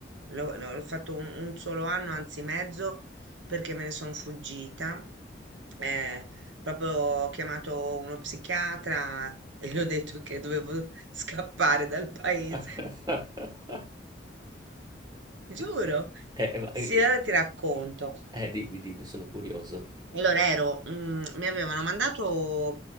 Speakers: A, on the right; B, on the right.
A: L'ho l'ho- l'ho fatto un, un solo anno, anzi mezzo, perché me ne sono fuggita. Eh, proprio ho chiamato uno psichiatra e gli ho detto che dovevo <laughs> scappare dal paese.
B: <laughs>
A: Giuro.
B: Eh, eh, ma-
A: Sì,
B: eh,
A: allora ti racconto.
B: eh, dimmi, dimmi, sono curioso.
A: Allora ero, mm, mi avevano mandato